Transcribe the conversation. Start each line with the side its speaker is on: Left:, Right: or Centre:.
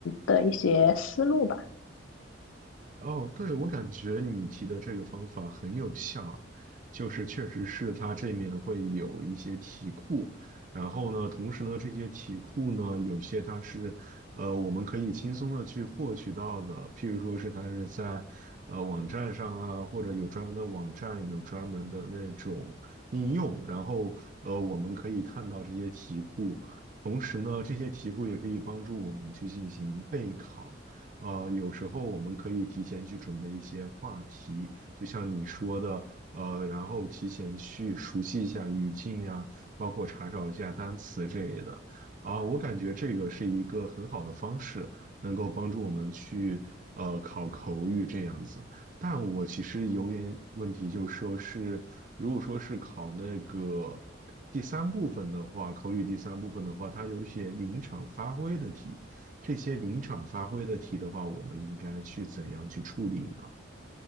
Left: 的一些思路吧。嗯
Right: 哦，对，我感觉你提的这个方法很有效啊，就是确实是它这面会有一些题库，然后呢，同时呢，这些题库呢，有些它是，呃，我们可以轻松的去获取到的，譬如说是它是在，呃，网站上啊，或者有专门的网站，有专门的那种应用，然后，呃，我们可以看到这些题库，同时呢，这些题库也可以帮助我们去进行备考。呃，有时候我们可以提前去准备一些话题，就像你说的，呃，然后提前去熟悉一下语境呀，包括查找一下单词之类的。啊，我感觉这个是一个很好的方式，能够帮助我们去呃考口语这样子。但我其实有点问题，就是说是如果说是考那个第三部分的话，口语第三部分的话，它有一些临场发挥的题。这些临场发挥的题的话，我们应该去怎样去处理呢？